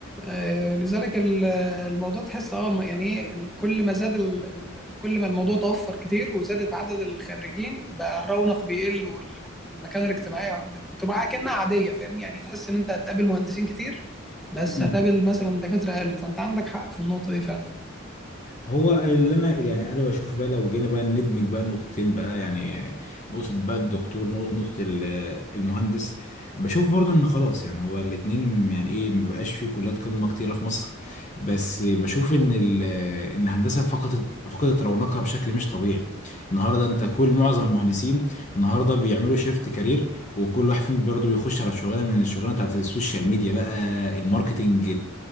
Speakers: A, in the centre; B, on the left (about 35°).
A: آه، لذلك الموضوع تحس اه ما- يعني ايه ال- كل ما زاد ال... ال- كل ما الموضوع توفر كتير وزادت عدد الخريجين بقى الرونق بيقل وال... وال- والمكانه الاجتماعيه بت- بتبقى كأنها عاديه فاهمني يعني تحس ان انت هتقابل مهندسين كتير بس
B: مم.
A: هتقابل مثلا دكاتره اقل فانت عندك حق في النقطه دي فعلا
B: هو اللي انا يعني انا بشوف بقى لو جينا بقى ندمج بقى نقطتين بقى يعني نقطة بقى الدكتور نقطة نقطة ال- المهندس بشوف برضه ان خلاص يعني هو الاتنين يعني ايه مبقاش في كليات قمة كتيرة في مصر بس بشوف ان ال- ان الهندسة فقدت فقدت رونقها بشكل مش طبيعي النهارده انت كل معظم المهندسين النهارده بيعملوا شيفت كارير وكل واحد فيهم برضه بيخش على شغلانة من الشغلانة بتاعت السوشيال ميديا بقى الماركتينج